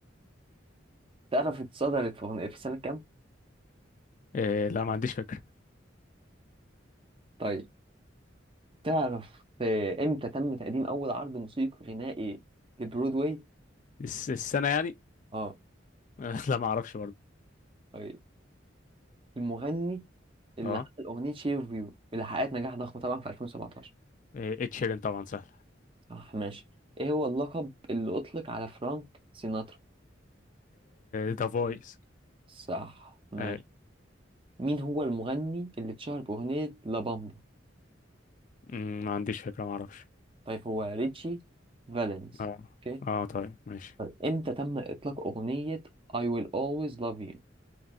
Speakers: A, on the right (about 30°); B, on the left (about 40°).
A: تعرف اتصدرت في أغنية في سنة كام؟
B: آه، لا ما عنديش فكرة
A: طيب تعرف آه، امتى تم تقديم اول عرض موسيقي غنائي لبرودواي
B: الس- السنة يعني
A: اه
B: آه، <laughs> لا ما اعرفش برضه
A: آه، المغني اللي
B: اه
A: عمل اغنيه شير فيو اللي حققت نجاح ضخم طبعا في 2017
B: اتش شيرين طبعا سهل
A: صح ماشي ايه هو اللقب اللي اطلق على فرانك سيناترا
B: ذا فويس
A: صح ماشي
B: اي
A: مين هو المغني اللي اتشهر باغنيه لابامبا
B: مم، ما عنديش فكرة ما اعرفش
A: طيب هو ريتشي فالنز
B: اه
A: اوكي
B: اه طيب ماشي
A: طيب امتى تم اطلاق اغنيه I will always love you